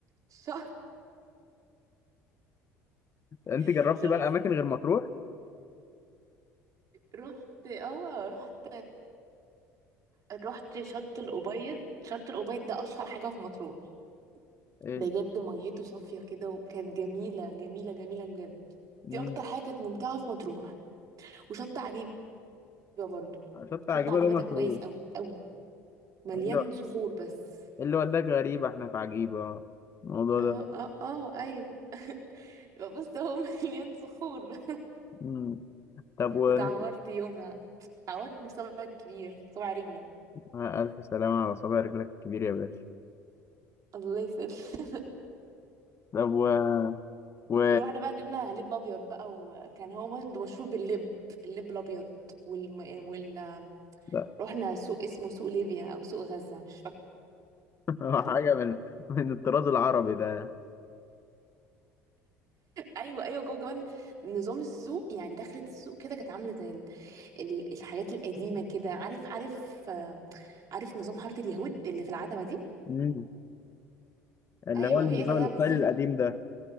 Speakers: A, on the right; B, on the left.
A: ش...
B: أنت
A: <laughs>
B: جربت
A: شفت
B: بقى الأماكن غير مطروح؟
A: رحت اه رحت رحت شط الأبيض شط الأبيض ده اشهر حاجه في مطروح
B: إيه؟
A: بجد ميته صافيه كده وكانت جميله جميله جميله بجد
B: مم.
A: دي اكتر حاجه كانت ممتعه في مطروح وشط عجيبه برضو
B: شط
A: شط
B: عجيبة
A: عجيبه
B: ده مشهور
A: ده كويس قوي قوي مليان
B: إيه اللي
A: صخور بس
B: إيه اللي وداك غريبة احنا في عجيبة الموضوع
A: اه
B: ده
A: اه اه ايوه <laughs> يبقى بس هو <laughs> مليان صخور
B: مم. طب وانت
A: وتعورت يومها تعورت بصبعي الكبير صبع رجلي
B: آه، ألف سلامة على صابع رجلك الكبير يا باشا
A: الله يسهل <laughs>
B: طب و... و...
A: رحنا بقى جبنا لب ابيض بقى وكان هو مش- مشهور باللب اللب الابيض والم... وال
B: لا
A: رحنا سوق اسمه سوق ليبيا او سوق غزة مش
B: <laughs>
A: فاكرة
B: حاجة من من الطراز العربي ده
A: ايوه ايوه جوه كمان نظام السوق يعني دخلت السوق كده كانت عامله زي ال- ال- الحاجات القديمه كده عارف عارف آه، عارف نظام حاره اليهود اللي في العتبه دي
B: مم. اللي
A: ايوه
B: هو النظام
A: هي زيها
B: الستايل
A: بالظبط
B: القديم ده